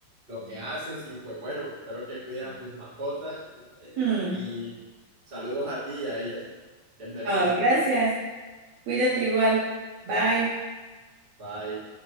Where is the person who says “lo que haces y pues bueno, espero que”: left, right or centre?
Right